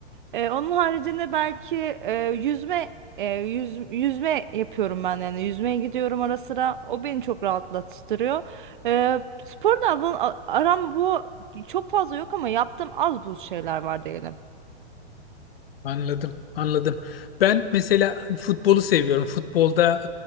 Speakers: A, on the right (about 50°); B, on the left (about 60°).
A: ee, onun haricinde belki e, yüzme e, yüz- yüzme yapıyorum ben yani yüzmeye gidiyorum ara sıra o beni çok rahatlattırıyor. Ee, sporla bu- aram bu çok fazla yok ama yaptığım az buz şeyler var diyelim.
B: Anladım, anladım. Ben mesela futbolu seviyorum. Futbolda